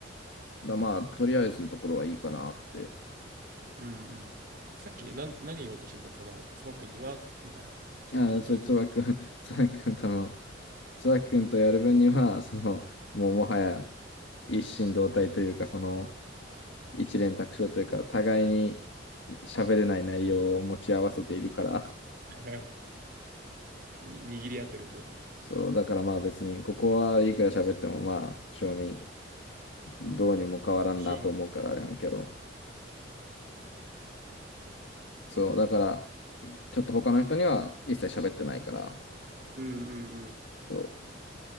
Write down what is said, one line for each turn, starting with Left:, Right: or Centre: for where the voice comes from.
Left: だからまあ、とりあえずのところはいいかなって
Right: うんうん。さっき、なん、何言おうとしてたその、つばくんには、みたいな。ちょっと、
Left: いや、
Right: とじと、
Left: そう、つばくん、<laughs> つばくんとの、つばくんとやる分には、その、もうもはや一心同体というか、その、一蓮托生というか、互いに喋れない内容を持ち合わせているから、
Right: うん <laughs> に握り合ってるってことね。
Left: <laughs> そう、だからまあ別に、ここはいくら喋ってもまあ、正味、どうにも変わらんなと思うからあれなんやけど、
Right: 勝負。
Left: そう、だから、ちょっと他の人には一切喋ってないから、
Right: うんうんうん。
Left: そう、